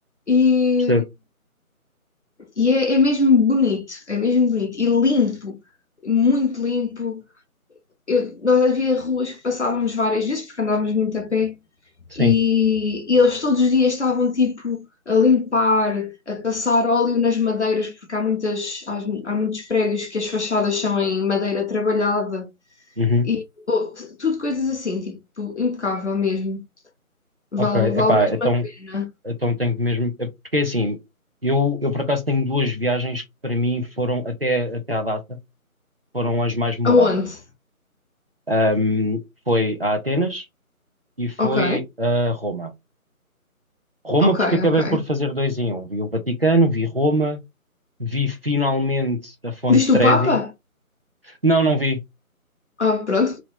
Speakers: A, on the left (about 50°); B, on the right (about 40°).
A: E,
B: Percebo,
A: e é, é mesmo bonito, é mesmo bonito e limpo, muito limpo. Eu- nós havia ruas que passávamos várias vezes porque andávamos muito a pé
B: sim.
A: e, e eles todos os dias estavam tipo a limpar, a passar óleo nas madeiras, porque há muitas, há, há muitos prédios que as fachadas são em madeira trabalhada
B: Uhum.
A: E pô, tudo coisas assim, tipo, impecável mesmo. Vale,
B: Ok,
A: vale
B: epá,
A: mesmo
B: então,
A: a pena.
B: então tenho que mesmo. é Porque é assim, eu, eu por acaso tenho duas viagens que para mim foram, até, até à data, foram as mais memoráveis.
A: Aonde?
B: Ahm, foi a Atenas e foi
A: Ok,
B: a Roma. Roma,
A: ok,
B: porque acabei
A: ok.
B: por fazer dois em um. Vi o Vaticano, vi Roma, vi finalmente a Fonte
A: Viste
B: Trevi.
A: o Papa?
B: Não, não vi.
A: Ah, pronto.